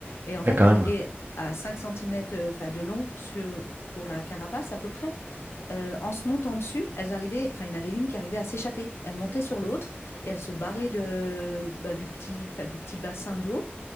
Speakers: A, on the left; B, on the right.
A: Et en fait,
B: Ouais, quand
A: arriver
B: même.
A: à 5 cm enfin, de long sur, pour la carapace à peu près, euh, en se montant dessus, elles arrivaient, enfin, il y en avait une qui arrivait à s'échapper. Elle montait sur l'autre et elle se barrait de, bah, du petit, enfin, du petit bassin d'eau.